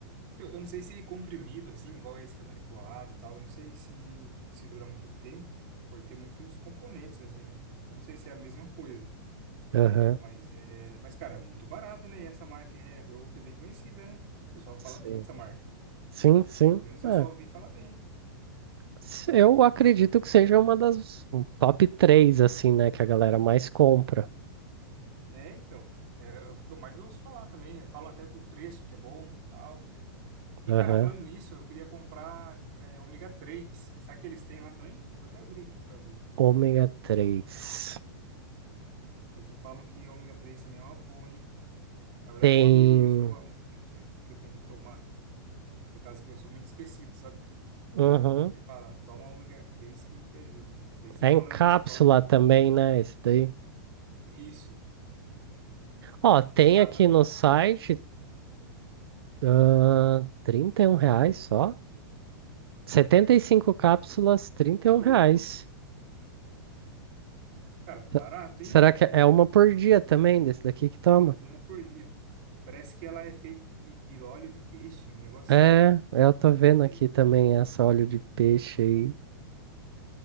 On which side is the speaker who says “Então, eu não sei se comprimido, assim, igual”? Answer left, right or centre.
Right